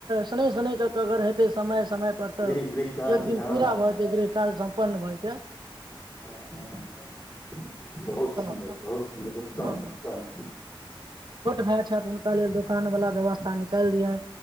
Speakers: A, on the right; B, on the left.
A: शन सन क क अगर हेतै समय समय पर
B: गृह
A: तऽ
B: गृह कार्य
A: एक दिन
B: हँ
A: पूरा भऽ गृह कार्य सम्पन्न भऽ जेतै
B: हँ हँ हँ बहुत
A: <inaudible> छोट
B: सुन्दर बहुत सुन्दर उत्तम उत्तम
A: भाय छथि हुनका लेल दोकान वला व्यवस्था निकैल दिया